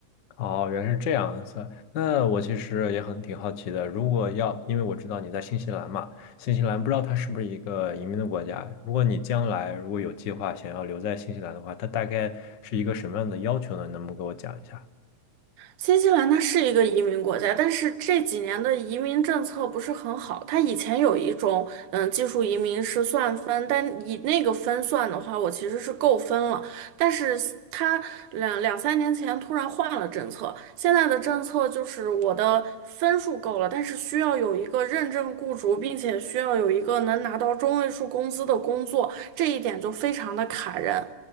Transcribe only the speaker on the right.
新西兰它是一个移民国家，但是这几年的移民政策不是很好。它以前有一种，嗯，技术移民是算分，但以那个分算的话，我其实是够分了。但是它两两三年前突然换了政策，现在的政策就是我的分数够了，但是需要有一个认证雇主，并且需要有一个能拿到中位数工资的工作，这一点就非常的卡人。